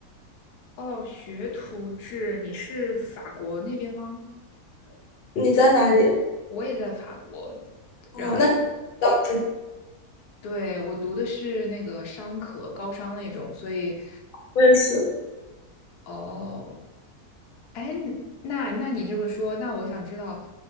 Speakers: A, on the left; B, on the left.
A: 哦，学徒制，你是法国那边吗？
B: 你在哪里？
A: 我也在法国，
B: 哦，
A: 然后
B: 那你到这里，
A: 对，我读的是那个商科，高商那种，所以，
B: 我也是。
A: 哦，哎，那那你这么说，那我想知道，